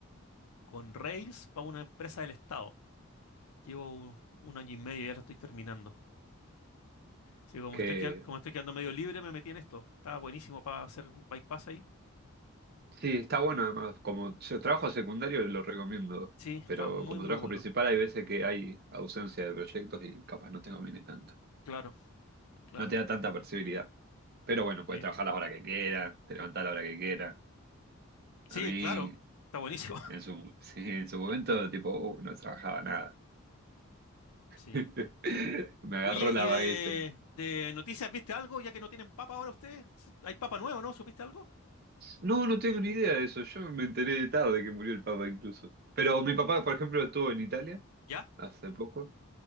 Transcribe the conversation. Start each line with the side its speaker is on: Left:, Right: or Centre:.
Left: con Rails para una empresa del Estado. Llevo un, un año y medio, ya lo estoy terminando. Sí, como
Right: ¿Qué,
Left: estoy, quedan- eh, como estoy quedando medio libre, me metí en esto. Está buenísimo para hacer bypass ahí.
Right: Sí, está bueno además. Como yo trabajo secundario lo recomiendo,
Left: Sí, está
Right: pero
Left: muy,
Right: como
Left: muy
Right: trabajo
Left: bueno.
Right: principal hay veces que hay ausencia de proyectos y capaz no te conviene tanto.
Left: Claro, claro.
Right: No te da tanta flexibilidad. Pero bueno,
Left: Sí,
Right: puedes trabajar la hora que quieras, te levantás a la hora que quieras.
Left: sí,
Right: A mí,
Left: claro. Está buenísimo.
Right: en
Left: <laughs>
Right: su, <laughs> sí, en su momento, tipo, uh, no trabajaba nada.
Left: Sí.
Right: <laughs> Me agarró
Left: Oye,
Right: la
Left: ¿y de,
Right: vaguez.
Left: de noticias viste algo? Ya que no tienen papa ahora ustedes. Hay papa nuevo, ¿no? ¿Supiste algo?
Right: No, no tengo ni idea de eso. Yo me enteré tarde que murió el Papa incluso. Pero mi papá, por ejemplo, estuvo en Italia
Left: Ya,
Right: hace poco.